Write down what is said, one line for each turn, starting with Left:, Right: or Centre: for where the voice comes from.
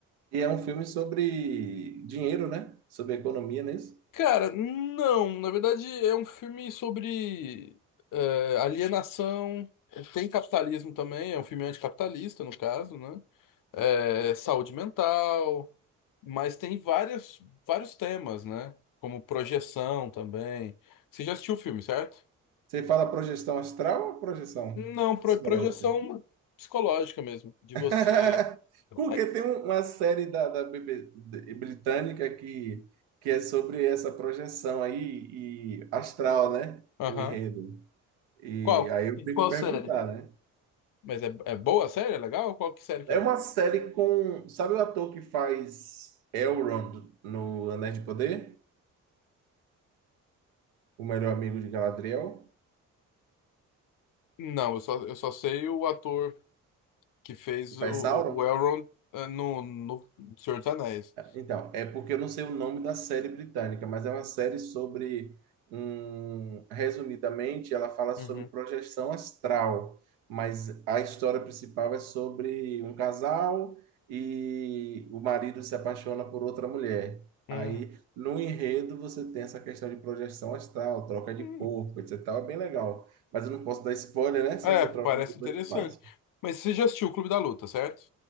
Right: E é um filme sobre dinheiro, né? Sobre economia, não é isso?
Left: Cara, não. Na verdade, é um filme sobre eh, alienação. Tem capitalismo também. É um filme anticapitalista, no caso, né? Eh, saúde mental. Mas tem vários, vários temas, né? Como projeção também. Você já assistiu o filme, certo?
Right: Você fala projeção astral ou projeção
Left: Não, pro-
Right: psicológica?
Left: projeção psicológica mesmo. De
Right: <laughs>
Left: você.
Right: Porque
Left: É,
Right: tem um- uma série da, da BB de- britânica que, que é sobre essa projeção aí e astral, né?
Left: Aham.
Right: O enredo. E
Left: Qual?
Right: aí eu
Left: E
Right: tenho
Left: Qual
Right: que perguntar,
Left: série?
Right: né?
Left: Mas é, é boa a série? É legal? Qual que série que
Right: É
Left: é?
Right: uma série com. Sabe o ator que faz Elrond no Anéis de Poder? O melhor amigo de Galadriel?
Left: Não, eu só, eu só sei o ator que fez
Right: Que faz
Left: o, o
Right: Sauron?
Left: o Elrond eh, no, no Senhor dos Anéis.
Right: Então, é porque eu não sei o nome da série britânica, mas é uma série sobre um, resumidamente, ela fala sobre
Left: Uhum.
Right: projeção astral, mas a história principal é sobre um casal e o marido se apaixona por outra mulher.
Left: Hum,
Right: Aí, no enredo, você tem essa questão de projeção astral, troca de
Left: hum.
Right: corpo, etc. e tal, É bem legal. Mas eu não posso dar spoiler, né? Se
Left: É,
Right: eu encontrar
Left: parece
Right: o filme, depois
Left: interessante.
Right: eu te passo.
Left: Mas você já assistiu o Clube da Luta, certo?